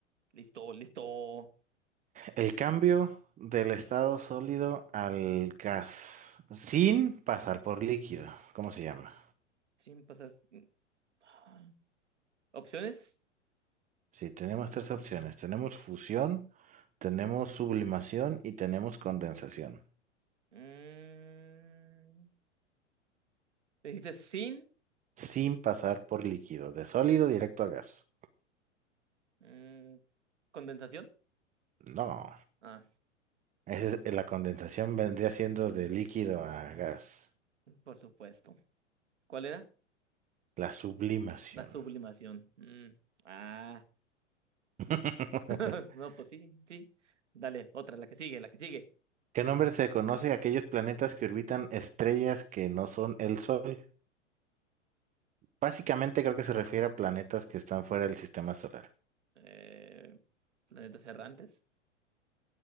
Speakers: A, on the right (about 70°); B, on the right (about 20°).
A: listo, listo.
B: El cambio del estado sólido al gas sin pasar por líquido. ¿Cómo se llama?
A: Sin pasar. Ah. Opciones.
B: Sí, tenemos tres opciones. Tenemos fusión, tenemos sublimación y tenemos condensación.
A: Mm. Dijiste sin
B: Sin pasar por líquido, de sólido directo a gas.
A: mm, condensación.
B: No.
A: Ah,
B: Ese es- la condensación vendría siendo de líquido a gas.
A: por supuesto. ¿Cuál era?
B: La sublimación.
A: La sublimación. Mm, Ah,
B: <laughs>
A: <laughs> no, pues sí, sí. Dale, otra, la que sigue, la que sigue.
B: ¿Qué nombre se conoce a aquellos planetas que orbitan estrellas que no son el Sol? Básicamente creo que se refiere a planetas que están fuera del sistema solar.
A: Eh, planetas errantes.